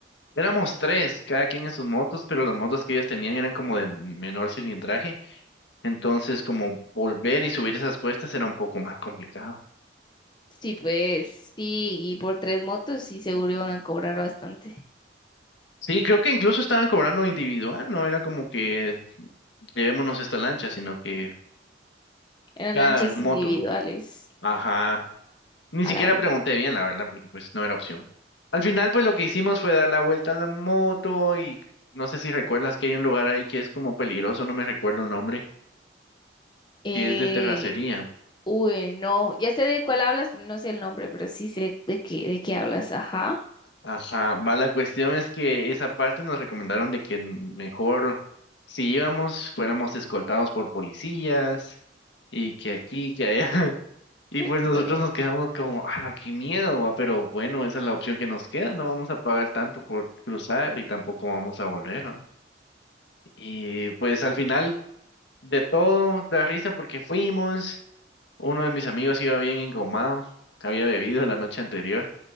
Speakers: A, on the left; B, on the left.
A: éramos tres, cada quien en sus motos, pero las motos que ellos tenían eran como de menor cilindraje. Entonces, como volver y subir esas cuestas era un poco más complicado.
B: Sí, pues, sí, y por tres motos, sí, seguro iban a cobrar bastante.
A: Sí, creo que incluso estaban cobrando individual, no era como que llevémonos esta lancha, sino que
B: Eran
A: cada
B: lanchas
A: moto.
B: individuales,
A: Ajá. Ni
B: a
A: siquiera
B: la gran.
A: pregunté bien, la verdad, porque pues no era opción. Al final, pues lo que hicimos fue dar la vuelta en la moto y no sé si recuerdas que hay un lugar ahí que es como peligroso, no me recuerdo el nombre,
B: Eh,
A: que es de terracería.
B: Uy, no, ya sé de cuál hablas, pero no sé el nombre, pero sí sé de qué, de qué hablas, ajá.
A: Ajá, va, la cuestión es que esa parte nos recomendaron de que n- mejor si íbamos fuéramos escoltados por policías y que aquí, que allá. <laughs> Y pues
B: No.
A: nosotros nos quedamos como, ah, qué miedo, va, pero bueno, esa es la opción que nos queda, no vamos a pagar tanto por cruzar y tampoco vamos a volver, ¿va? Y pues al final de todo, da risa porque fuimos, uno de mis amigos iba bien engomado, había bebido la noche anterior,